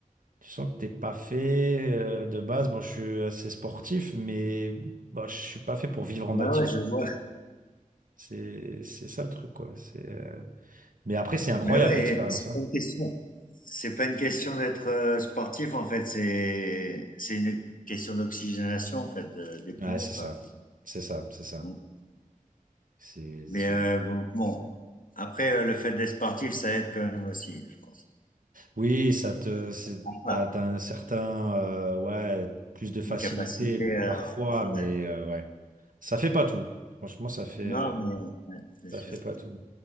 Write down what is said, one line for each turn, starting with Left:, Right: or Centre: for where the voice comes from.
Right: tu sens que t'es pas fait euh, de base. Bon, je suis assez sportif, mais bah, je suis pas fait pour vivre en
Left: Ouais,
Right: altitude.
Left: ouais, je vois.
Right: C'est, c'est ça le truc, quoi. C'est, euh, Mais après, c'est incroyable
Left: Mais ouais,
Right: l'expérience,
Left: c'est
Right: hein.
Left: pas une question c'est pas une question d'être, heu, sportif, en fait, c'est c'est une question d'oxygénation, en fait, de des poumons,
Right: Ouais, c'est
Left: quoi.
Right: ça. C'est ça, c'est ça.
Left: Mmh.
Right: C'est, c'est-
Left: Mais heu, bon bon, après, heu, le fait d'être sportif, ça aide quand même aussi, je pense.
Right: Oui, ça te, c'est-
Left: Ouais,
Right: t'as, t'as un certain, euh, ouais, plus de facilité
Left: une capacité, heu
Right: parfois,
Left: ouais.
Right: mais euh, ouais, ça fait pas tout. Franchement, ça fait,
Left: Non, mais ouais, c'est sûr.
Right: ça fait pas tout.